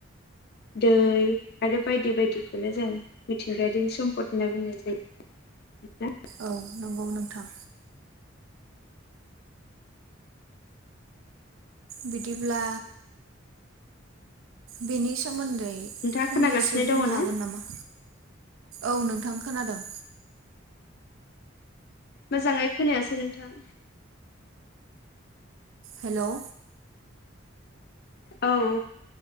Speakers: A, on the left; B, on the right.
A: दै आरो बायदि बायदिखौनो जों मिथिंगायारिनि सम्पद होनना बुंनाय जाय। <inaudible>
B: औ नंगौ नोंथां बिदिब्ला बेनि सोमोन्दै
A: नोंथाङा
B: फंनैसो
A: खोनागासिनो
B: बुंनो
A: दङ
B: हागोन
A: ना?
B: नामा? औ नोंथां खोनादों।
A: मोजाङै खोनायासै नोंथां।
B: हेलौ
A: औ